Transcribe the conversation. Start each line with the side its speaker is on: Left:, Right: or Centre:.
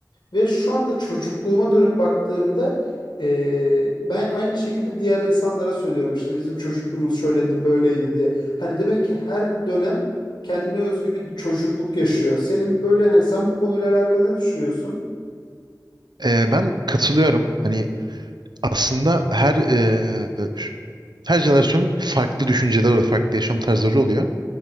Left: ve şu anda çocukluğuma dönüp baktığımda e, ben aynı şekilde diğer insanlara söylüyorum işte bizim çocukluğumuz şöyleydi böyleydi diye. Hani demek ki her dönem kendine özgü bir çocukluk yaşıyor. Senin böyle hani sen bu konuyla alakalı ne düşünüyorsun?
Right: Ee, ben katılıyorum. Hani aslında her e, her jenerasyonun farklı düşünceleri oluyor, farklı yaşam tarzları oluyor.